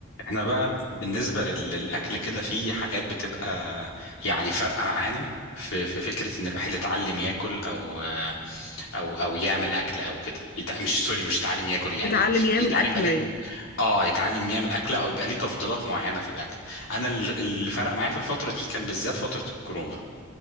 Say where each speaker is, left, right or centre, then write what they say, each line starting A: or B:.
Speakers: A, on the left; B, on the left.
A: احنا بقى بالنسبة لل- للأكل كده في حاجات بتبقى يعني فارقة معانا في في فكرة إن الواحد يتعلم ياكل أو أو أو يعمل أكل أو كده يتع... مش سوري مش يتعلم ياكل يعني
B: يتعلم يعمل
A: يتعلم
B: أكلة
A: بقى ليه
B: يعني
A: اه يتعلم يعمل أكلة أو يبقى ليه تفضيلات معينة في الأكل أنا ال- اللي فرق معايا في الفترة دي كان بالذات فترة الكورونا